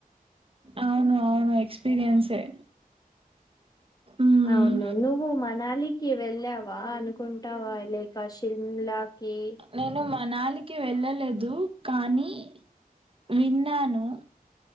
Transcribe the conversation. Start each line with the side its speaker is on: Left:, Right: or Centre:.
Right: అవును అవును ఎక్స్పీరియన్సే మ్మ్.
Left: అవును నువ్వు మనాలికి వెళ్ళావా అనుకున్ టావ ఇలా శిమ్లాకి
Right: నేను మనాలికి వెళ్ళలేదు కానీ విన్నాను